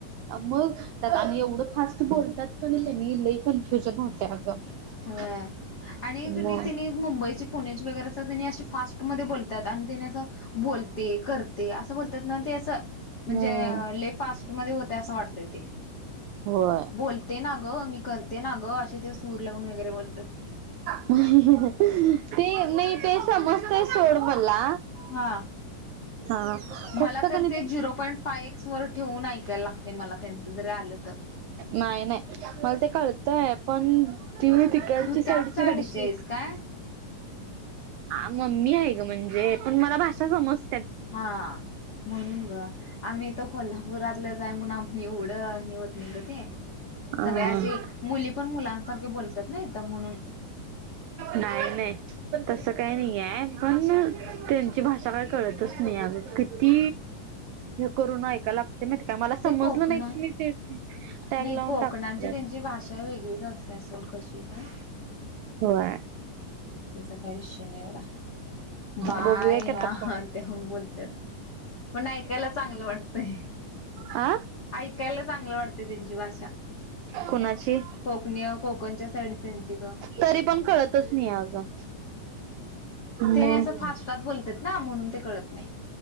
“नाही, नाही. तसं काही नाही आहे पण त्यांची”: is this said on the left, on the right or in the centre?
Right